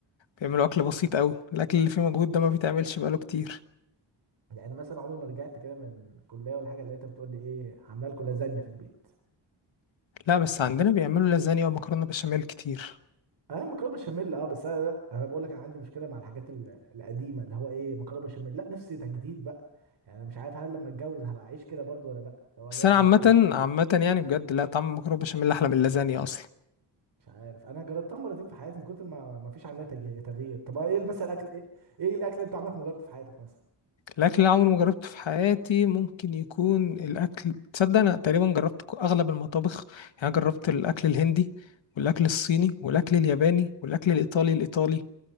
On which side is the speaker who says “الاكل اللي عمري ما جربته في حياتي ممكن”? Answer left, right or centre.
Left